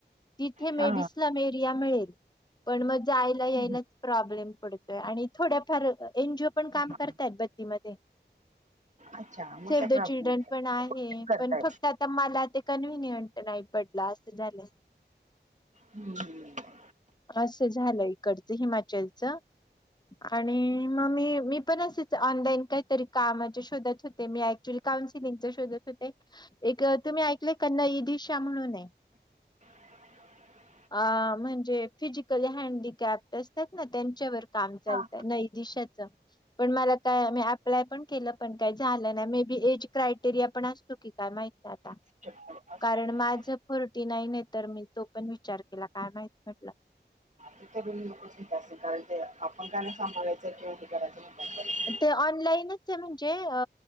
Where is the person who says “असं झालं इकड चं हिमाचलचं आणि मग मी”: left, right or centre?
Left